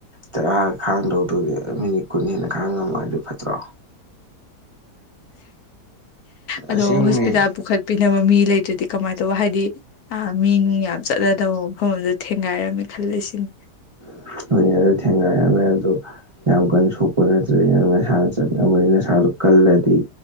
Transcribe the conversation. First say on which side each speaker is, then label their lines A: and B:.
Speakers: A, on the right (about 25°); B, on the left (about 70°).
A: ꯇꯔꯥ ꯈꯥꯡꯗꯧꯗꯣꯏꯒꯦ ꯃꯤꯅꯤꯠ ꯀꯨꯟ ꯍꯦꯟꯅ ꯈꯥꯡꯉꯝꯃꯣꯏ ꯑꯗꯨ ꯐꯠꯇ꯭ꯔꯣ꯫
B: ꯑꯗꯣ
A: ꯑꯁꯦꯡꯕꯅꯦ
B: ꯍꯣꯁꯄꯤꯇꯥꯜ ꯄꯨꯈꯠ ꯄꯤꯅꯕ ꯃꯤ ꯂꯩꯇ꯭ꯔꯗꯤ ꯀꯃꯥꯏꯅ ꯇꯧꯕ ꯍꯥꯏꯗꯤ ꯑ ꯃꯤ ꯅꯨꯡ ꯌꯥꯝ ꯆꯠꯂꯗꯕ ꯃꯐꯝ ꯑꯗ ꯊꯦꯡꯒꯥꯏꯔꯝꯃꯦ ꯈꯜꯂ ꯁꯤꯅꯤ
A: <unintelligible> ꯊꯦꯡꯒꯥꯏꯔꯝꯃꯦ ꯑꯗ ꯌꯥꯝ ꯀꯟꯅ ꯁꯣꯛꯄ ꯅꯠꯇ꯭ꯔꯦ ꯅꯁꯥꯅ ꯆꯠꯅꯤꯡꯉꯕꯅꯤ ꯅꯁꯥꯗꯨ ꯀꯜꯂꯗꯤ